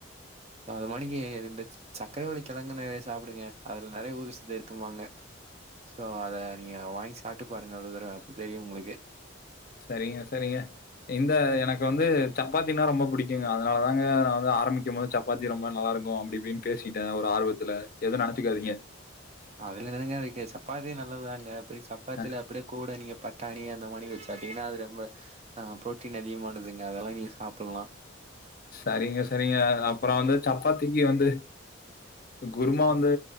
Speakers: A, on the right (about 30°); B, on the left (about 45°).
A: அது மாரிக்கு இந்த சக்ரவள்ளிக்கெழங்குல சாப்டுங்க அதுல நறைய ஊடுசுது இருக்குமாங்க சோ அத நீங்க வாங்கி சாப்ட்டு பாருங்க ஒரு தரவ தெரியூ உங்களுக்கு
B: செரிங்க செரிங்க இந்த எனக்கு வந்து சப்பாத்தினா ரொம்ப புடிக் ஏங்க அதனால தாங்க நா வந்து ஆரம்பிக்கும் போது சப்பாத்தி ரொம்ப நல்லா இருக்கூ அப்டி இப்டின் பேசிட்டே ஒரு ஆர்வத்துல எது நெனைச்சிக்காதீங்க
A: அதுல என்னங்க இருக்கு சப்பாத்தி நல்லதாங்க அப்டி சப்பாத்தில
B: அ
A: அப்டியே கூட நீங்க பட்டாணி அந்த மாரி வச்சு சாப்ட்டீங்கன்னா அது ரொம்ப அ புரோட்டீன் அதிகமானதுங்க அதெல்லா நீங்க சாப்புல்லா
B: சரிங்க சரிங்க அப்றோ வந்து சப்பாத்திக்கு வந்து குருமா வந்து